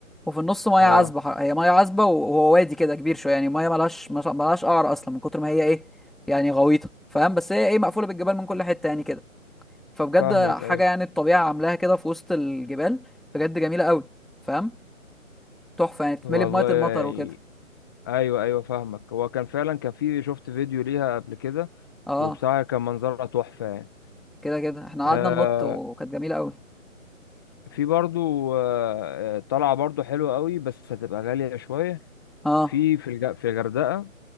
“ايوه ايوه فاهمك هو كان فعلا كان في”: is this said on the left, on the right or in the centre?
Left